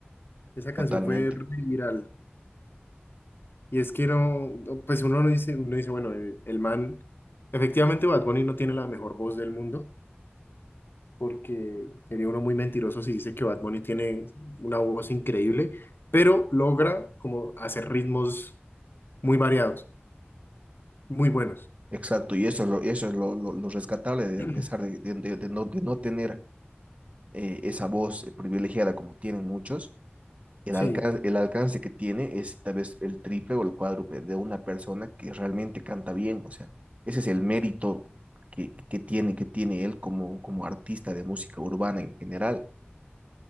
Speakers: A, on the left; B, on the right.
A: Esa
B: totalmente.
A: canción fue re viral. Y es que no, no, pues uno no dice, uno dice, bueno, el, el man, efectivamente Bad Bunny no tiene la mejor voz del mundo, porque sería uno muy mentiroso si dice que Bad Bunny tiene una voz increíble, pero logra como hacer ritmos muy variados, muy buenos.
B: Exacto, y eso es lo, eso es lo, lo, lo rescatable, de,
A: <clears throat>
B: a pesar de, de, de- de no, de no tener eh, esa voz eh, privilegiada como tienen muchos, El
A: Sí,
B: alcance, el alcance que tiene es tal vez el triple o el cuádruple de una persona que realmente canta bien. O sea, ese es el mérito que, que tiene, que tiene él como, como artista de música urbana en general.